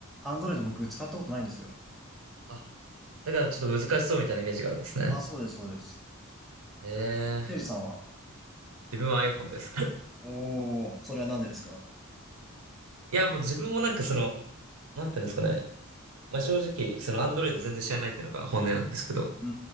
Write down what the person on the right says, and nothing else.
あ、だからちょっと難しそうみたいなイメージがあるんですね。
えー、
自分は iPhone です。
いや、もう自分もなんかその、なんていうんですかね。まあ正直、その Android 全然知らないっていうのが本音なんですけど。